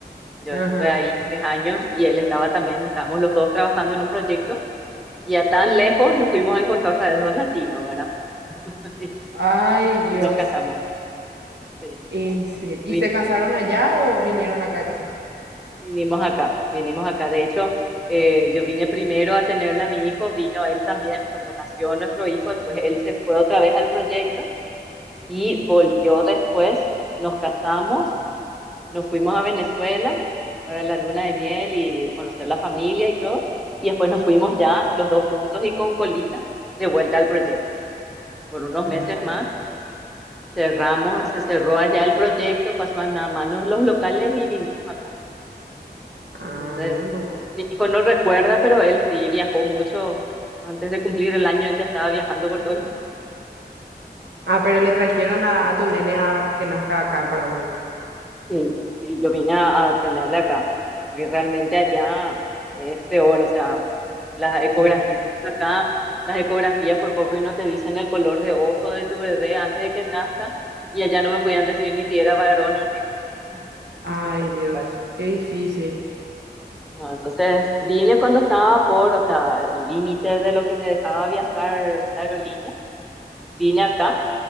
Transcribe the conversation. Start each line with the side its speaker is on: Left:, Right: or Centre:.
Centre: Yo
Right: Ajá.
Centre: estuve ahí tres años y él estaba también, estábamos los dos trabajando en un proyecto y a tan lejos nos fuimos a encontrar otra vez dos latinos, ¿verdad? <laughs>
Right: Ay, Dios.
Centre: Y nos casamos. Sí.
Right: En serio. ¿Y
Centre: Y vi-
Right: se casaron allá o vinieron acá a casarse?
Centre: vinimos acá, vinimos acá. De hecho, eh, yo vine primero a tenerla a mi hijo, vino él también cuando nació nuestro hijo, después él se fue otra vez al proyecto y volvió después, nos casamos Nos fuimos a Venezuela para la luna de miel y conocer la familia y todo. Y después nos fuimos ya los dos juntos y con colita de vuelta al proyecto. Por unos
Right: Ah,
Centre: meses más cerramos, se cerró allá el proyecto, pasó a nada manos los locales y vinimos acá.
Right: ah,
Centre: Entonces,
Right: mira un poco.
Centre: mi hijo no recuerda, pero él sí viajó mucho. Antes de cumplir el año, él ya estaba viajando por todo el
Right: Ah, pero le trajeron a, a tu nene a que nazca acá en Paraguay.
Centre: Sí, sí, yo vine a, a tenerla acá, porque realmente allá es peor, o sea, las ecografías
Right: Sí.
Centre: acá, las ecografías por poco y no te dicen el color de ojo de tu bebé antes de que nazca, y allá no me podían decir ni si era varón o nena. <laughs>
Right: Ay,
Centre: Entonces,
Right: Dios,
Centre: bueno,
Right: qué difícil.
Centre: no, entonces vine cuando estaba por, o sea, el límite de lo que me dejaba viajar la aerolínea, vine acá